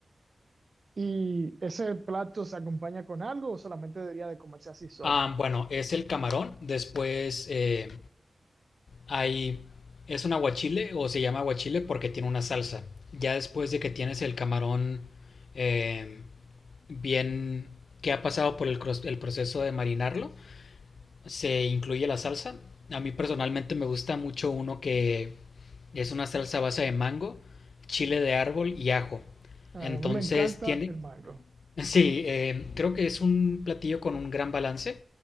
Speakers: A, on the right; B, on the left.
A: ¿Y ese plato se acompaña con algo o solamente debería de comerse así solo?
B: Ah, bueno, es el camarón, después... eh, Hay, es un aguachile o se llama aguachile porque tiene una salsa. Ya después de que tienes el camarón eh, bien que ha pasado por el, cros- el proceso de marinarlo, se incluye la salsa. A mí personalmente me gusta mucho uno que es una salsa a base de mango, chile de árbol y ajo.
A: Ah,
B: Entonces
A: A mí me encanta
B: tiene,
A: el mango.
B: <laughs> sí, eh, creo que es un platillo con un gran balance